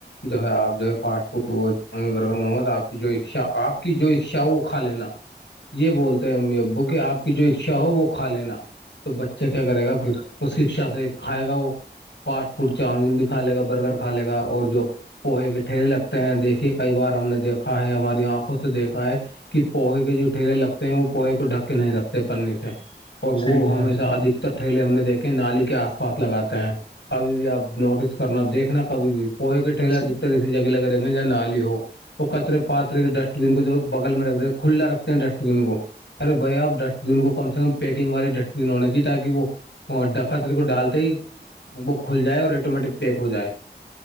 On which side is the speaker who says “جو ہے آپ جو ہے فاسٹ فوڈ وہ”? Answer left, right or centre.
Left